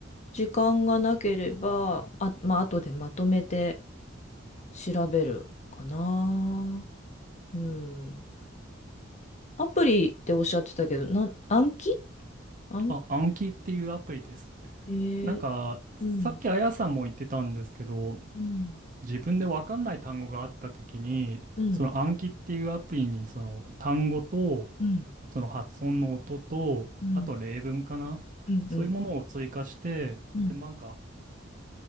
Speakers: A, on the left; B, on the right.
A: 時間がなければ、あ、まあ、後でまとめて調べるかな。うん。アプリっておっしゃってたけど、なん、暗記暗記、
B: あ、暗記っていうアプリです。
A: えー、
B: なんか、さっきあやさんも言ってたんですけど、
A: うん、うん、
B: 自分でわかんない単語があったときに、
A: うん、
B: その暗記っていうアプリに、その単語と、
A: うん、
B: その発音の音と、
A: うん、
B: あと例文かな。
A: うん、
B: そういうものを追加して、
A: うん。うん
B: で、なんか、